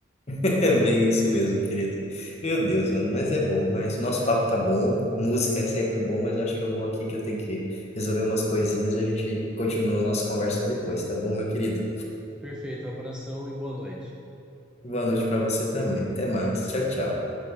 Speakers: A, on the left; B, in the centre.
A: <laughs> É bem isso mesmo, querido. Meu Deus, mano, mas é bom. Mas o nosso papo tá bom, música é sempre bom, mas eu acho que eu vou aqui que eu tenho que resolver umas coisinhas. A gente continua a nossa conversa depois, tá bom, meu querido?
B: Perfeito, abração e boa noite.
A: Boa noite pra você também. Até mais. Tchau, tchau.